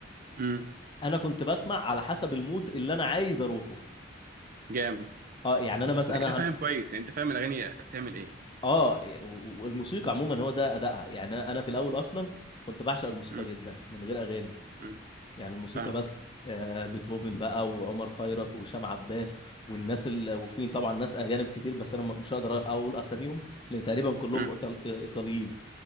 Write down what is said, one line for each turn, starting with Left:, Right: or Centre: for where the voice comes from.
Right: امم
Left: انا كنت بسمع على حسب المود اللي انا عايز اروحه
Right: جامد
Left: اه يعني انا مثلا
Right: انت كده
Left: انا
Right: فاهم
Left: هن...
Right: كويس يعني انت فاهم الاغاني بتعمل ايه
Left: اه إيه، و- و- والموسيقى عموما هو ده ادائها يعني انا أنا في الاول اصلا كنت بعشق الموسيقى
Right: امم
Left: جدا من غير اغاني
Right: امم
Left: يعني الموسيقى
Right: فاهمك
Left: بس آه بيتهوفن بقى وعمر خيرت وهشام عباس والناس ال... وفي طبعا ناس اجانب كتير بس انا م- مش هقدر اقول اساميهم لان تقريبا كلهم
Right: امم
Left: إيطال... ايطاليين